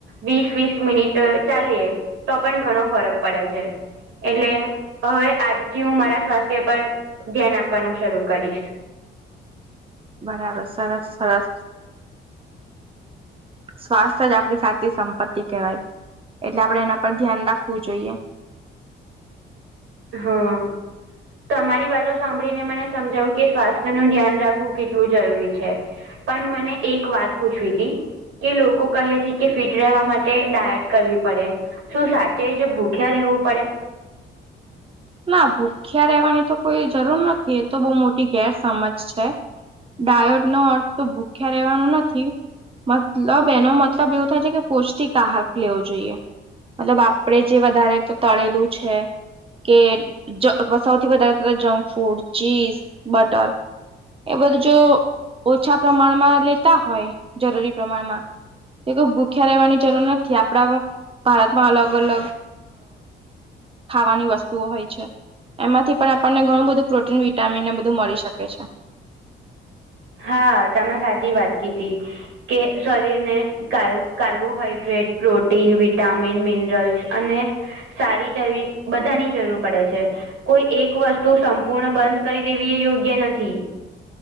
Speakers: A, on the right (about 85°); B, on the right (about 25°).
A: વીસ, વીસ મિનિટ ચાલીએ તો પણ ઘણો ફરક પડે છે. એટલે હવે આજથી, હું મારા સ્વાસ્થ્ય પર ધ્યાન આપવાનું શરૂ કરીશ
B: બરાબર સરસ સરસ સ્વાસ્થ્ય જ આપણી સાચી સંપત્તિ કહેવાય એટલે, આપડે એના પર ધ્યાન રાખવું જોઈએ.
A: હમ. તમારી વાતો સાંભળીને મને સમજાવું કે, સ્વાસ્થ્ય નું ધ્યાન રાખવું કેટલું જરૂરી છે. પણ, મને એક વાત પૂછવી હતી. કે લોકો કહે છે કે ફિટ રહેવા માટે ડાયટ કરવી પડે શું સાચે જ ભૂખ્યા રહેવું પડે
B: ના ભૂખ્યા રહેવાની તો કોઈ જરૂર નથી, એ તો બહુ મોટી ગેરસમજ છે. ડાયોટ નો અર્થ તો ભૂખ્યા રહેેવાનો નથી. મતલબ એનો મતલબ એવો થાય છે, કે પૌષ્ટિક આહાર લેવો જોઈએ મતલબ આપડે જે વધારે તો તળેલું છે. કે જ સૌથી વધારે જંક ફૂડ, ચીઝ, બટર એ બધુ જો ઓછા પ્રમાણમાં લેતા હોય, જરૂરી પ્રમાણમાં એ કવ ભૂખ્યા રહેવાની જરૂર નથી, આપડા ભારતમાં અલગ અલગ ખાવાની વસ્તુ તોહોય છે, એમાંથી પણ આપણને ઘણું બધું પ્રોટીન વિટામીન એ બધું મળી શકે છે.
A: હા તમે સાચી વાત કીધી કે શરીરને કાલ કાર્બોહાઈડ્રેટ, પ્રોટીન, વિટામિન, મિનરલ્સ, અને સારી ચરવી બધાની જરૂર પડે છે. કોઈ એક વસ્તુ સંપૂર્ણ બંધ કરી દેવી એ યોગ્ય નથી.